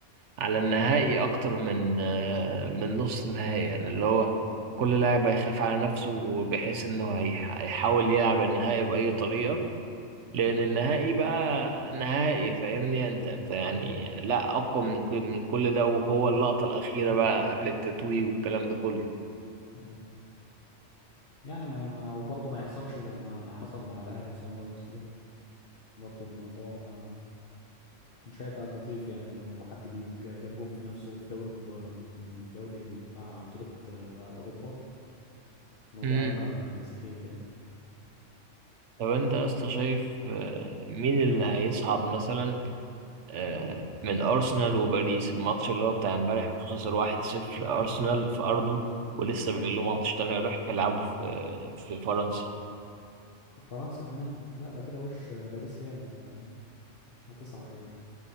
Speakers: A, on the right (about 70°); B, on the left (about 50°).
A: على النهائي اكتر من آه، من نص النهائي يعني اللي هو كل لاعب هيخاف على نفسه بحيث انه هيح- هيحاول يلعب النهائي باي طريقه لان النهائي بقى نهائي فاهمني انت انت يعني لا اقوى من كل من كل ده وهو اللقطه الاخيره بقى قبل التتويج والكلام ده كله
B: آه. يعني ما ما وبرضه ما يحصلش زي ما حصل مع الاهلي وصن داونز كده برضه الموضوع آه، مش هيبقى لطيف يعني لو حد جيب جاب جون في نفسه في دوري دوري بتاع بطولة آه، اوروبا الموضوع
A: امم
B: هيبقى سخيف يعني
A: طب انت يا اسطى شايف آه، مين اللي هيصعد مثلا آه، من ارسنال وباريس الماتش اللي هو بتاع امبارح ما خسر 1-0 ارسنال في ارضه ولسه بيقول له ماتش تاني يروح يلعبه في في فرنسا
B: فرنسا كمان لا ده كده وش باريس هي اللي هتصعد يعني